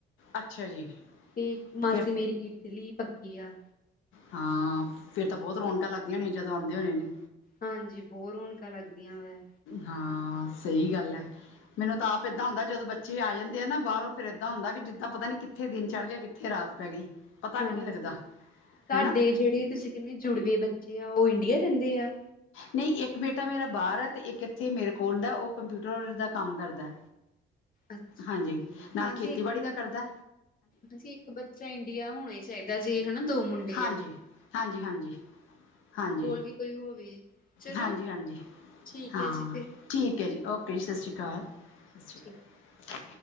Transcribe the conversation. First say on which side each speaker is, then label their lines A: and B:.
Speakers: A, on the left (about 80°); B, on the left (about 45°).
A: ਅੱਛਾ ਜੀ
B: ਤੇ ਮਾਸੀ
A: ਫਿਰ
B: ਮੇਰੀ ਇਟਲੀ ਪੱਕੀ ਆ।
A: ਹਾਂ, ਫਿਰ ਤਾਂ ਬਹੁਤ ਰੌਣਕਾਂ ਲੱਗਦੀਆਂ ਹੋਣੀਆਂ ਜਦੋਂ ਆਂਦੇ ਹੋਣੇ ਨੇ।
B: ਹਾਂਜੀ, ਬੋਹ ਰੋਣਕਾਂ ਲੱਗਦੀਆਂ ਵਾ।
A: ਹਾਂ, ਸਹੀ ਗੱਲ ਐ। ਮੈਨੂੰ ਤਾਂ ਆਪ ਏਦਾਂ ਹੁੰਦਾ ਜਦੋਂ ਬੱਚੇ ਆ ਜਾਂਦੇ ਆ ਨਾ ਬਾਹਰੋਂ ਫੇ ਏਦਾਂ ਹੁੰਦਾ ਕਿ ਜਿੱਦਾਂ ਪਤਾ ਨ ਕਿੱਥੇ ਦਿਨ ਚੜ੍ਹ ਗਿਆ ਕਿੱਥੇ ਰਾ ਤ ਪੈ ਗਈ। ਪਤਾ
B: ਹਾਂਜੀ
A: ਵੀ ਨਹੀਂ ਲੱਗਦਾ
B: ਤੁਹਾਡੇ
A: ਹੈ ਨਾ
B: ਜਿਹੜੇ ਤੁਸੀਂ ਕਹਿੰਦੇ ਜੁੜਵੇ ਬੱਚੇ ਆ ਉਹ ਡੀਆ ਰਹਿੰਦੇ ਆ।
A: ਨਹੀਂ ਇੱਕ ਬੇਟਾ ਮੇਰਾ ਬਾਹਰ ਆ ਤੇ ਇੱਕ ਇੱਥੇ ਮੇਰੇ ਕੋਲ ਦਾ ਉਹ ਕੰਪਿਊਟਰ ਦਾ ਕੰਮ ਕਰਦਾ।
B: ਅੱਛਾ,
A: ਹਾਂਜੀ ਨਾਲ
B: ਹਾਂਜੀ,
A: ਖੇਤੀਬਾੜੀ
B: ਇੱਕ ਨੂੰ
A: ਦਾ ਕਰਦਾ
B: ਹਾਂਜੀ, ਇੱਕ ਬੱਚਾ ਇੰਡੀਆ ਹੋਣਾ ਹੀ ਚਾਹੀਦਾ ਜੇ ਹਨਾ। ਦੋ ਮੁੰਡੇ
A: ਹਾਂਜੀ
B: ਆ।
A: ਹਾਂਜੀ ਹਾਂਜੀ ਹਾਂਜੀ
B: ਕੋਲ ਵੀ ਕੋਈ ਹੋਵੇ ਚਲੋ
A: ਹਾਂਜੀ ਹਾਂਜੀ
B: ਠੀਕ
A: ਹਾਂ
B: ਹੈ ਜੀ ਫਿਰ
A: ਠੀਕ ਹੈ ਜੀ ਓਕੇ ਜੀ ਸਤਿ ਸ਼੍ਰੀ ਅਕਾਲ ਅਿ ਸ਼੍ਰੀਕਕਾਲ
B: ਜੀ